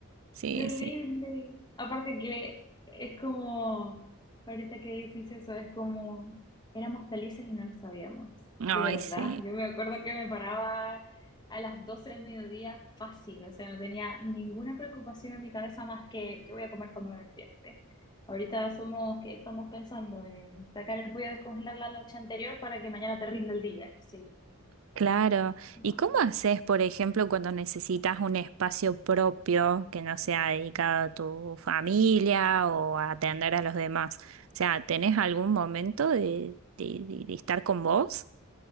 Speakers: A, on the right (about 65°); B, on the left (about 20°).
A: Sí,
B: Terrible.
A: sí.
B: Aparte que es como, ahorita que dices eso, es como, éramos felices y no lo sabíamos.
A: Ay,
B: De verdad,
A: sí.
B: yo me acuerdo que me paraba a las 12 del mediodía fácil, o sea, no tenía ninguna preocupación en mi cabeza más que qué voy a comer cuando me despierte. Ahorita somos que estamos pensando en sacar el pollo a descongelar la noche anterior para que mañana te rinda el día, qué sé yo.
A: Claro.
B: No,
A: ¿Y cómo haces, por ejemplo, cuando necesitas un espacio propio que no sea dedicado a tu familia o a atender a los demás? O sea, ¿tenés algún momento de, de- de- de estar con vos?